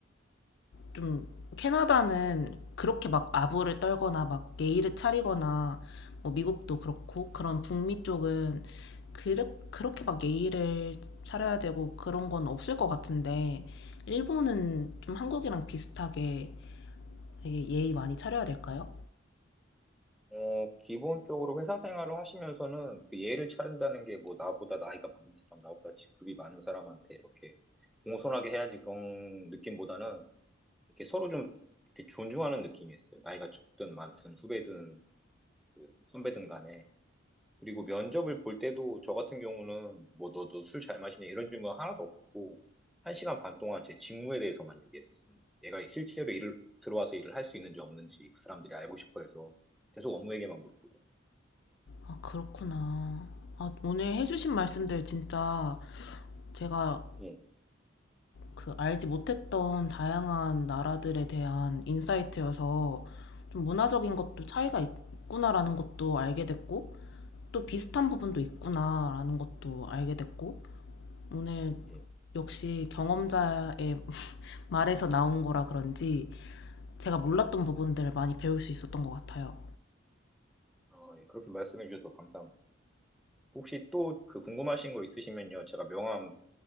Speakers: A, on the left; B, in the centre.
A: 좀, 캐나다는 그렇게 막 아부를 떨거나 막 예의를 차리거나, 뭐 미국도 그렇고, 그런 북미 쪽은 그르, 그렇게 막 예의를 차려야 되고 그런 건 없을 것 같은데, 일본은 좀 한국이랑 비슷하게 되게 예의 많이 차려야 될까요?
B: 어, 기본적으로 회사 생활을 하시면서는 그 예를 차른다는 게 뭐 나보다 나이가 많은 사람, 나보다 직급이 많은 사람한테 이렇게 공손하게 해야지 그런 느낌보다는 이렇게 서로 좀 이렇게 존중하는 느낌이었어요. 나이가 적든 많든 후배든 선배든 간에. 그리고 면접을 볼 때도 저 같은 경우는 뭐 너도 술 잘 마시냐 이런 질문 하나도 없었고 한 시간 반 동안 제 직무에 대해서만 얘기했었습니다. 얘가 실제로 일을 들어와서 일을 할 수 있는지 없는지 그 사람들이 알고 싶어 해서 계속 업무 얘기만 물어보더라고요.
A: 아, 그렇구나. 아, 오늘 해주신 말씀들
B: 예,
A: 진짜 제가
B: 예,
A: 그 알지 못했던 다양한 나라들에 대한 인사이트여서 좀 문화적인 것도
B: 예,
A: 차이가 있- 있구나라는 것도 알게 됐고 또 비슷한 부분도 있구나라는 것도 알게 됐고 오늘
B: 예.
A: 역시 경험자의 <laughs> 말에서 나온 거라 그런지 제가 몰랐던
B: 예.
A: 부분들을 많이 배울 수 있었던 것 같아요.
B: 아, 예. 그렇게 말씀해 주셔서 감사합니다. 혹시 또 그 궁금하신 거 있으시면요, 제가 명함